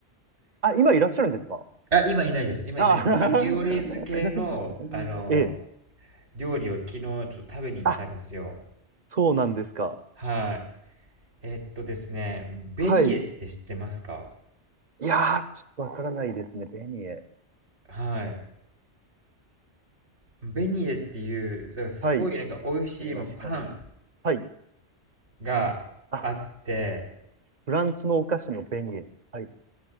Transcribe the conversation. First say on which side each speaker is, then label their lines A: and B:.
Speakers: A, on the right; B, on the right.
A: あ、今いらっしゃるんですか
B: あ、今いないです。今いないんですけど、
A: あ <laughs>
B: あ、ニューオーリンズ系の、あの、
A: ええ。
B: 料理を昨日ちょっと食べに行ったんですよ。
A: あ、そうなんですか。
B: はい。えっとですね、ベニエって知ってますか
A: はい。いやー、ちょっとわからないですね。ベニエ。
B: はい。ベニエっていう、だからすごいなんか美味しい、
A: はい。今調べてます。
B: まあ、パン
A: はい。
B: があって、
A: あ、フランスのお菓子のベニエ。はい。